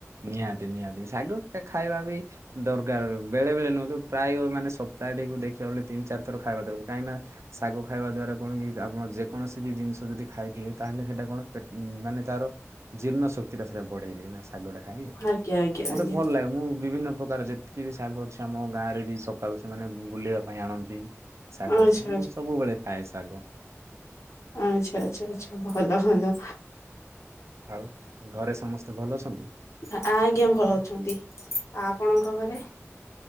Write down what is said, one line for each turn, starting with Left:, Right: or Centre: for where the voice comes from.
Right: ନିହାତି ନିହାତି ଶାଗ ଟ ଖାଇବା ବି ଦରକାର। ବେଳେଵେଳେୁହଁ ପ୍ରାୟ ମାନେ ସପ୍ତାହକୁ ଦେଖିବାେଳେ ତିନି ଚାର ଥର ଖାଇବା ଦରକାର କାହିଁନା ଶାଗ ଖାଇବା ଦ୍ବରା କଣ କି ଆପଣ ଯେକୌଣ ବି ଜିନିଷ ଯଦି ଖାଇଥିବେ। ତାହେଲେ ସେଇଟା କଣ ମାନେ ତାର ଜୀର୍ଣ୍ଣ ଶକ୍ତିଟା ସେଟା ବଢେଇ ଦିଏ ନା। ସେ ଶାଗା ଖାଇ ଆଉ
Left: ଆଜ୍ଞା ଆଜ୍ଞା
Right: ମତେ
Left: ଆଜ୍ଞା
Right: ଭଲ ଲାଗେ ମୁଁ ବିଭିନ୍ନ ପ୍ରକାର ଯେ କି ବି ଶାଗ ଅଛି ଆମ ଗାଁ ରେ ବି ସକାଳୁ ସେମାନେ ବୁଲିବା ପାଇଁ ଆଣନ୍ତି। ଶାଗ
Left: ଆଚ୍ଛା
Right: ମୁଁ ସବୁବେଳେ ଖାଏ ଶାଗ।
Left: ଆଛା ଆଛା ଆଛା ଭଲ ଭଲ।
Right: ଆଉ ଘରେ ସମସ୍ତେ ଭଲ ଅଛନ୍ତି?
Left: ଆ ଆଜ୍ଞା ଭଲ ଅଛନ୍ତି। ଆ ଆପଣଙ୍କ ଘରେ?